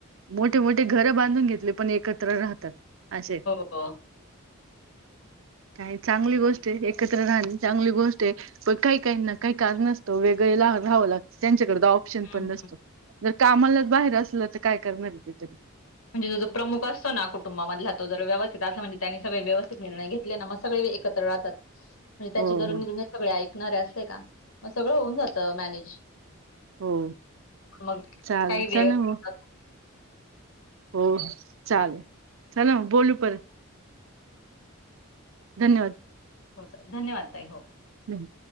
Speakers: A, on the right (about 65°); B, on the left (about 80°).
A: मोठे मोठे घर बांधून घेतले पण एकत्र राहतात असे
B: को
A: काय चांगली गोष्ट आहे एकत्र राहणे चांगली गोष्ट आहे पण काही काही ना काही कारणसतो वेग गला हहावं लागतं त्यांच्याक ऑप्शन
B: हं.
A: पण नसतो जर कामालाच बाहेर असलं तर काय करणार आहे ते तरी
B: म्हणजे जो प्रमुख असतो ना कुटुंबाध तो ज व्यवस्थित अस म्हणेनी सगळे व्यवस्थित निर्णय घेतले ना मग सगळे एकत्र राहतात म्हणजे त्याचे
A: हो
B: जरर
A: हो
B: निर्णय सगळे ऐकणारे असते का मग सगळं होऊन जातं मॅनेज
A: हो
B: मग
A: चालेल
B: काही वेळात
A: चला मग हो चालेल चला बोलू परत धन्यवाद
B: हो चाल धन्यवाद ताई हो
A: हम्